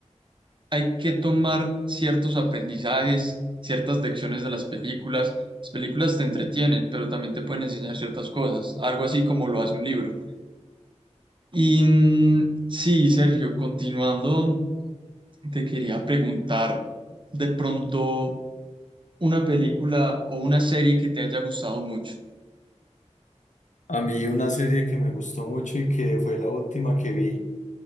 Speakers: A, on the right; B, on the left.
A: hay que tomar ciertos aprendizajes, ciertas lecciones de las películas. Las películas te entretienen, pero también te pueden enseñar ciertas cosas, algo así como lo hace un libro. Y mm, sí, Sergio, continuando, te quería preguntar de pronto una película o una serie que te haya gustado mucho.
B: A mí una serie que me gustó mucho y que fue la última que vi